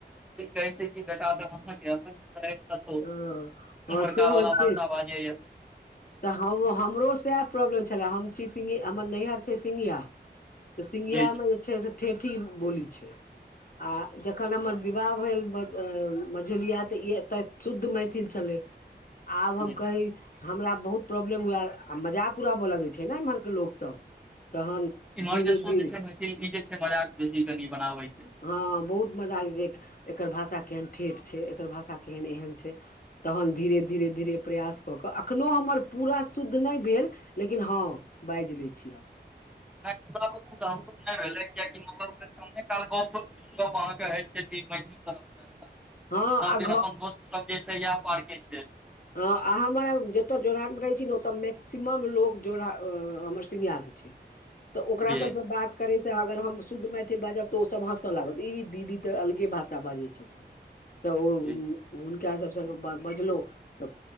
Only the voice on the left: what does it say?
हँ हँ,
से होइते
छै
तऽ हम हमरो सह प्रॉब्लम छले हम छी सि हमर नैहरा सिंघिया। सीघि
या।
मेछै से ठेठी बोली छै। आ जखन हमर विवाह भेल मझोलिया तऽ ई एते शुद्ध मैथिल छलै आब हम
कही हमरा बहुत प्रॉब्लम हुए आ मजाक उड़ाबय लगे छै ने इम्हर के ल लोकग सब तहन
धीरे
धीरे
हँ बहुत मजा आब छै एकर भाषा केहन ठेठ छै एकर भाषा केहन एहन छै तहन धीरे धीरे धीरे प्रयास कऽ कऽ अखन तैयोपूरा शुद्ध नहि भेल लेकिन हँ बाजि लै छीिय
हँ आ घ
ह आ हमर जते जोड़हट में रहे छी ने ओते मैक्सिमम लोग जोड़ हमर सिनियाद तऽ ओकरा
सबसँ बात करैसँ अगर हम शुद्ध मैथिल बाजब तऽ हँसऽ लागत ई दीदी तऽ अलगे भाषा बाजै छै तऽ ओ
हुनका सबसँ बजलहु तऽ